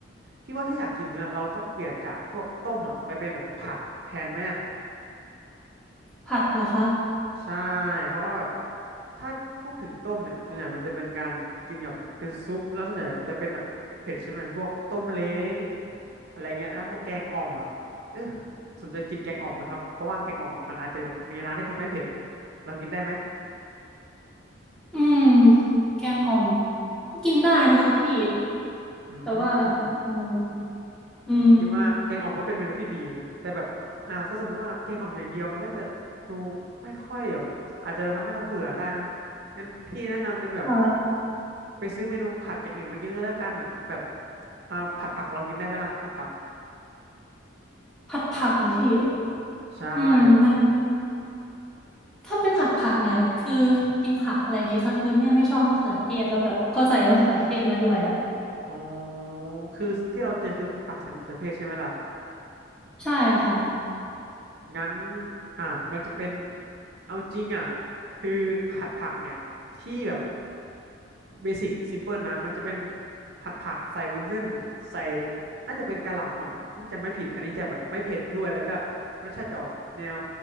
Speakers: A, on the right; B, in the centre.
A: พี่ว่าถ้าอยากกินเนื้อเราต้องเปลี่ยนจากพวกต้มอ่ะไปเป็นแบบผัดแทนไหม
B: ผัดเหรอคะ
A: ใช่เพราะว่าแบบถ้าพูดถึงต้มเนี่ยส่วนใหญ่มันจะเป็นการกินกับเป็นซุปแล้วส่วนใหญ่แบบจะเป็นแบบเผ็ดๆใช่ไหมพวกต้มเล้งอะไรเงี้ยแล้วพวกแกงอ่อมอ่ะเออสนใจกินแกงอ่อมนะครับเพราะว่าแกงอ่อมเนี่ยมันอาจจะแบบมีร้านที่ทำให้เผ็ดเรากินได้ไหม
B: อืมแกงอ่อมก็กินได้นะคะพี่
A: อืม
B: แต่ว่ายังไงดีอืม
A: พี่ว่าแกงอ่อมก็เป็นเมนูที่ดีนะแต่แบบอ่าถ้าสมมติว่าแกงอ่อมอย่างเดียวมันก็จะดูไม่ค่อยแบบอาจจะไปทำให้เราเบื่อได้นะงั้นพี่แนะนำเป็นแบบ
B: ค่ะ
A: ไปซื้อเมนูผัดอย่างอื่นมากินด้วยแล้วกันอ่ะแบบมาผัดผักเรากินได้ไหมล่ะผัดผัก
B: ผัดผักเหรอพี่
A: ใช่แบบ
B: อืมมันถ้าเป็นผัดผักเนี่ยคือกินผักอะไรดีคะคือเนี่ยไม่ชอบมะเขือเทศแล้วแบบเขาใส่มะเขือเทศมาด้วยอะ
A: อ๋อคือที่เราเจอคือผัดผักใส่มะเขือเทศใช่ไหมล่ะ
B: ใช่ค่ะ
A: งั้นอ่ามันจะเป็นเอาจริงอ่ะคือผัดผักเนี่ยที่แบบเบสิกซิมเพิลนะมันจะเป็นผัดผักใส่วุ้นเส้นใส่น่าจะเป็นกะหล่ำมั้งที่จะไม่ผิดอันนี้จะแบบไม่เผ็ดด้วยแล้วก็รสชาติจะออกแนว